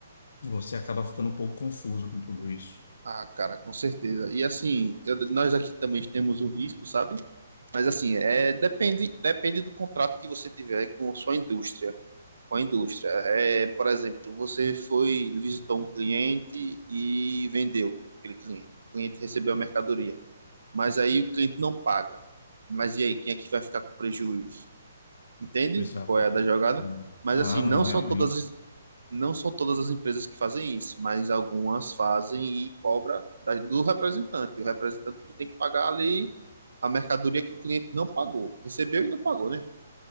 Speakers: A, on the left (about 70°); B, on the right (about 80°).
A: você acaba ficando um pouco confuso com tudo isso.
B: Ah, cara, com certeza. E assim, eu- nós aqui também temos o risco, sabe? Mas assim, é, depende, depende do contrato que você tiver com a sua indústria. Com a indústria. É, por exemplo, você foi, visitou um cliente e vendeu aquele cliente. O cliente recebeu a mercadoria. Mas aí o cliente não paga. Mas e aí, quem é que vai ficar com prejuízo? Entende?
A: Exatamente.
B: Qual é a da jogada?
A: Hum.
B: Mas
A: Ah,
B: assim,
A: não,
B: não são
A: realmente.
B: todas, não são todas as empresas que fazem isso, mas algumas fazem e cobra da- do representante. O representante que tem que pagar ali a mercadoria que o cliente não pagou. Recebeu e não pagou, né?